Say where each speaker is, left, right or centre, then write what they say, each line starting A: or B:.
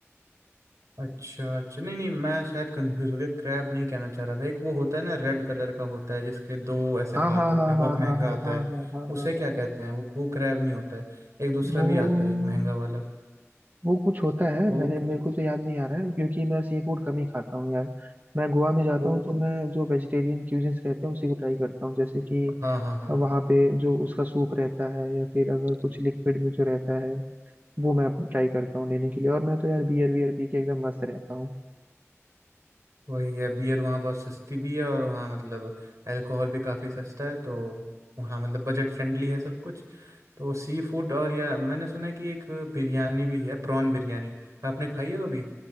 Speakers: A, on the right; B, on the right.
A: अच्छा अच्छा नहीं नहीं मैं शायद कंफ्यूज हो गया क्रैब नहीं कहना चाह रहा था एक वो होता है ना रेड कलर का होता है जिसके दो ऐसे
B: हाँ
A: हाथ
B: हाँ
A: होते
B: हाँ
A: हैं
B: हाँ
A: बहुत महंगा
B: हाँ हाँ
A: आता
B: हाँ
A: है
B: हाँ हाँ
A: उसे
B: हाँ
A: क्या
B: हाँ।
A: कहते हैं वो वो क्रैब नहीं होता है एक दूसरा
B: वो
A: भी आता है एक महंगा वाला
B: वो कुछ होता है
A: वो
B: मैंने मेरे को तो याद नहीं आ रहा है क्योंकि मैं सी फूड कम ही खाता हूँ यार मैं गोवा में जाता
A: वो
B: हूँ तो मैं जो वेजिटेरियन क्यूजिन्स रहते हैं उसी को ट्राई करता हूँ जैसे कि
A: हाँ हाँ हाँ
B: वहाँ पे जो उसका सूप रहता है या फिर अगर कुछ लिक्विड में जो रहता है वो मैं ट्राई करता हूँ लेने के लिए और मैं तो यार बियर बियर पी के एकदम मस्त रहता हूँ
A: वही है बियर वहाँ बहुत सस्ती भी है और वहाँ मतलब अल्कोहल भी काफ़ी सस्ता है तो वहाँ मतलब बजट फ्रेंडली है सब कुछ तो सी फूड और या मैंने सुना है कि एक बिरयानी भी है प्रॉन बिरयानी आपने खाई है कभी